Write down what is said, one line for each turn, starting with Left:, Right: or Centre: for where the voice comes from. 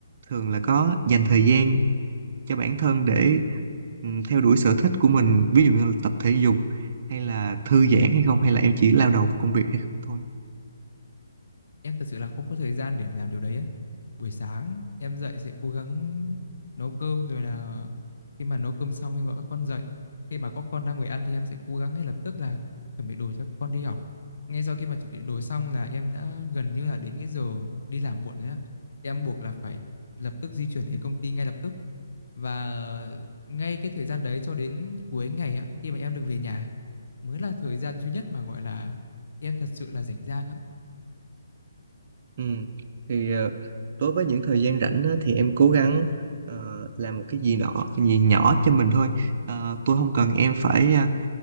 Right: thường là có dành thời gian cho bản thân để ừm, theo đuổi sở thích của mình ví dụ như là tập thể dục hay là thư giãn hay không hay là em chỉ lao đầu vào công việc hay không thôi
Left: em thật sự là không có thời gian để làm điều đấy ấy. Buổi sáng em dậy sẽ cố gắng nấu cơm rồi là khi mà nấu cơm xong em gọi các con dậy. Khi mà có con đang ngồi ăn thì em sẽ cố gắng ngay lập tức là chuẩn bị đồ cho con đi học. Ngay sau khi mà chuẩn bị đồ xong là em đã gần như là đến cái giờ đi làm muộn rồi á. Em buộc là phải lập tức di chuyển đến công ty ngay lập tức và ngay cái thời gian đấy cho đến cuối ngày á khi mà em được về nhà mới là thời gian duy nhất mà gọi là em thật sự là rảnh rang á
Right: ừ. thì ờ, đối với những thời gian rảnh á, thì em cố gắng ờ, làm một cái gì đó gì nhỏ cho mình thôi Ờ, tôi không cần em phải ờ,